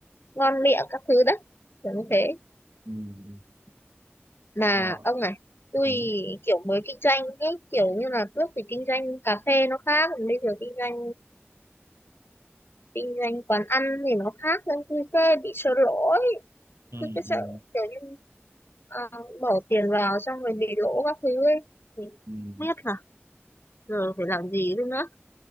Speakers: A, on the left (about 60°); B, on the right (about 75°).
A: ngon miệng các thứ đấy kiểu như thế
B: ừ. Ừ.
A: mà
B: Ờ.
A: ông này tôi
B: Ừ.
A: kiểu mới kinh doanh ấy kiểu như là trước thì kinh doanh cà phê nó khác còn bây giờ kinh doanh kinh doanh quán ăn thì nó khác nên tôi sẽ bị sợ lỗ ấy
B: Ừ.
A: tôi cứ sợ
B: Ừ.
A: kiểu như ờ, bỏ tiền vào xong rồi bị lỗ các thứ ấy thì
B: Ừ. ừ.
A: không biết là giờ phải làm gì nữa